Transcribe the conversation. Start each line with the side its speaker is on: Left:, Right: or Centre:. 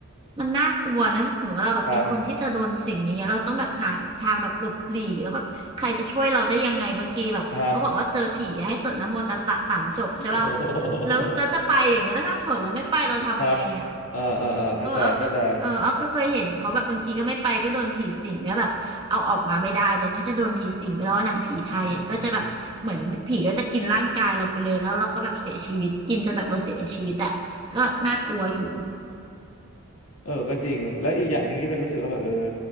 Right: มันน่ากลัวนะถ้าสมมติว่าเราแบบเป็นคนที่จะโดนสิงอย่างเงี้ยเราต้องแบบหาทางแบบหลบหลีกแล้วแบบใครจะช่วยเราได้ยังไงบางทีแบบเขาบอกว่าเจอผีให้สวดนะโมตัสสะสามจบใช่ป่ะ
Left: ครับครับ <laughs> โอ้โ
Right: แล้วเราจะไปอย่างเงี้ยแล้วถ้าสวดแล้วไม่ไปเราทำไงอ่ะ
Left: หครับอ่าอ่าอ่าเข้าใจเข้าใจ
Right: เออเอาก็เออเอาก็เคยเห็นเขาแบบบางทีก็ไม่ไปก็โดนผีสิงก็แบบเอาออกมาไม่ได้เนี่ยถ้าจะโดนผีสิงไปแล้วหนังผีไทยอ่ะก็จะแบบเหมือนผีก็จะกินร่างกายเราไปเลยแล้วเราก็แบบเสียชีวิตกินจนแบบเราเสียชีวิตอ่ะก็น่ากลัวอยู่
Left: อืมเออก็จริงแล้วอีกอย่างหนึ่งที่เป็นรู้สึกว่าแบบเออ